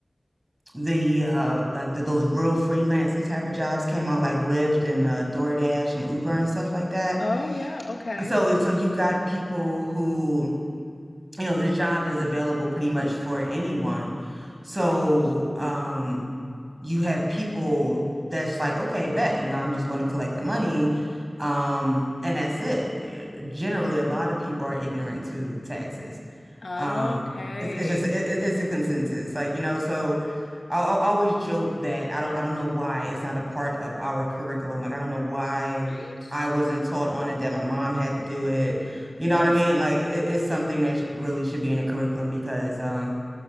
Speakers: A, on the right; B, on the left.
A: the uh like the, those real freelancy type of jobs came out like Lyft and uh, DoorDash and Uber and stuff like that.
B: Oh yeah, okay.
A: So so you got people who, you know, the job is available pretty much for anyone. So
B: Right.
A: um you have people that's like, okay, bet, you know, I'm just going to collect the money. Um, and that's it. Generally, a lot of people are ignorant to taxes.
B: Okay.
A: Um, it's it's just it, it's a consensus, like you know. So I'll, I'll always joke that I don't I don't know why it's not a part of our curriculum. Like I don't know why
B: Right?
A: I wasn't taught on it that my mom had to do it. You
B: Yes.
A: know what I mean? Like it, it's something that sh really should be in the curriculum because um